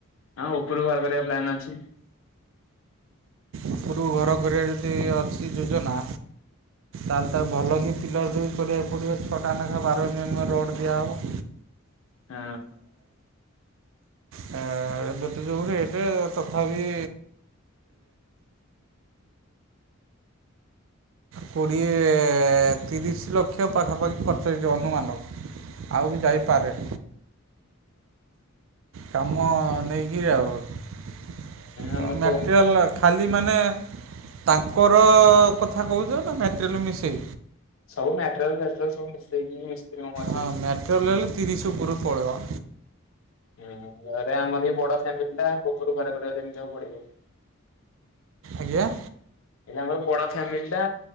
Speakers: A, on the left; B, on the right.
A: ହଁ ଉପରୁ ଘର କରିବା ପ୍ଲାନ୍ ଅଛି।
B: ଉପରୁ ଘର କରିବା ଯଦି ଅଛି ଯୋଜନା ତାହେଲେ ତାକୁ ଭଲ କି ପିଲର୍ ଦ ବି କରିବାିବାକୁ ପଡ଼ିବ ପକାେଖା ବାର ରୋଡ଼ ଦିଆ ହେଉ
A: ହୁଁ।
B: ବେଟ ଯେଉରି ରେଟ୍ ତଥାପି କୋଡ଼ିଏ ତିରିଶ ଲକ୍ଷ ପାଖାପାଖି ଖର୍ଚ୍ଚଛି ଅନୁମାନ। ଆଉ ବି ଯାଇପାରେ।
A: ହୁଁ
B: କାମ ନେଇକିରି ଆଉ
A: ଆମର
B: ମଟେରିଲ
A: ତ
B: ଖାଲି ମାନେ ତାଙ୍କର କଥା କହୁଛ ନା ମେଟେରିଲ ମିଶାଇ।
A: ସବ ମେଟ୍ରରଲ୍ରଲ ସବୁ ମିଶେଇକି ମଜୁରୀ
B: ହଁ
A: ସବୁ
B: ମେଟ୍ରୋରେ ହେଲେ ତିରିଶ ଉପରୁ ପଳେଇବ।
A: ହୁଁ ଘରେ ଆମର ବଡ ଫ୍ୟାମିଲି ଗୋପରୁ ଘରଡରେ ଏମି ଯକୁ ପଡିବ।
B: ଆଜ୍ଞା?
A: ଏଟା ଆମର ବଡ ଫ୍ୟାମିଲି ଟା